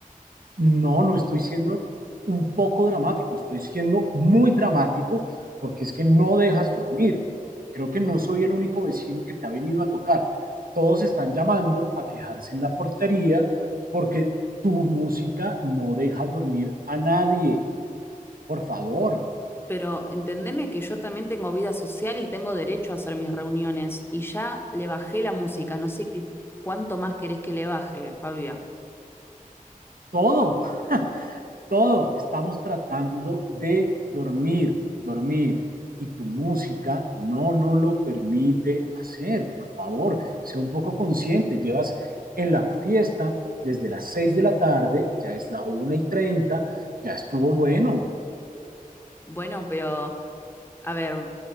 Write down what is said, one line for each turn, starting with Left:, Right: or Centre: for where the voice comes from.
Right: No, no estoy siendo un poco dramático, estoy siendo muy dramático porque es que no dejas dormir. Creo que no soy el único vecino que te ha venido a tocar. Todos están llamando a quejarse en la portería porque tu música no deja dormir a nadie. Por favor,
Left: Pero entendeme que yo también tengo vida social y tengo derecho a hacer mis reuniones. Y ya le bajé la música. No sé qué, cuánto más querés que le baje, Fabio.
Right: todo. todo, estamos tratando de dormir, dormir. Y tu música no nos lo permite hacer. Por favor, sea un poco consciente. Llevas en la fiesta desde las 6 de la tarde, ya es la una y 30, ya estuvo bueno.
Left: Bueno, pero... a ver,